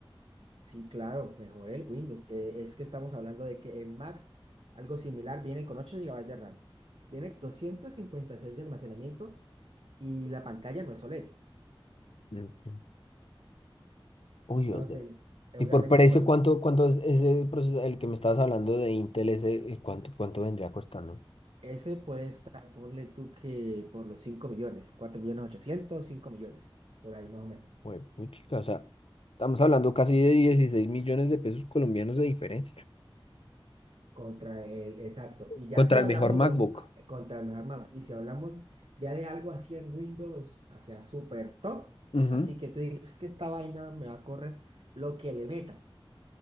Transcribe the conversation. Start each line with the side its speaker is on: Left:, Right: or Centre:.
Right: Sí, claro, mejor el Windows, que es que estamos hablando de que en Mac algo similar viene con 8 GB de RAM, viene con 256 de almacenamiento y la pantalla no es OLED.
Left: Ok. Uy,
Right: Entonces, obviamente,
Left: Y por precio,
Right: pues
Left: ¿cuánto, cuánto es ese proceso, el que me estabas hablando de Intel, ese, eh, cuánto, cuánto vendría costando?
Right: ese puede estar, ponle tú que por los 5 millones, 4 millones 800, 5 millones, por ahí más o menos.
Left: Uy, puchica, o sea, estamos hablando casi de 16 millones de pesos colombianos de diferencia.
Right: Contra el, exacto. Y ya
Left: Contra
Right: si hablamos
Left: el mejor MacBook.
Right: de, ah, contra el mejor mapa, y si hablamos ya de algo así en Windows, hacia super top,
Left: Ujú.
Right: así que tú dices, es que esta vaina me va a correr lo que le meta.